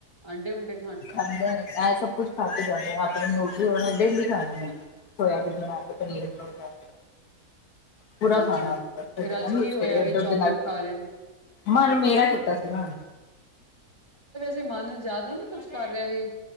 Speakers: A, on the right; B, on the left.
A: ਆਂਡੇ ਆਂਡੇ ਊਡੇ
B: ਖਾਂਦੇ ਇਹ ਸਭ ਕੁੱਝ ਖਾ ਕੇ ਜਾਂਦੇ ਆ ਆਪਣੇ ਨਿਊਟਰੀ ਉਹਨਾਂ ਨੇ ਡੇਲੀ ਸੋਇਬੀਨ ਬਣਾ ਪਨੀਰ ਬਣਾ ਪੂਰਾ
A: ਅੱਛਾ
B: ਖਾਣਾ ਸਵੇਰੇ
A: ਫੇਰ ਅੱਜ ਕੀ ਹੋਇਆ ਇਹ
B: ਦੁੱਧ
A: ਚੌਮੀਨ
B: ਨਾਲ
A: ਖਾ ਰਹੇ ਨੇ
B: ਮਨ ਮੇਰਾ ਕੀਤਾ ਸੀ ਨਾ
A: ੇ ਮਨ ਜ਼ਿਆਦਾ ਨੀ ਕੁੱਛ ਕਰ ਰਿਹਾ ਇਹ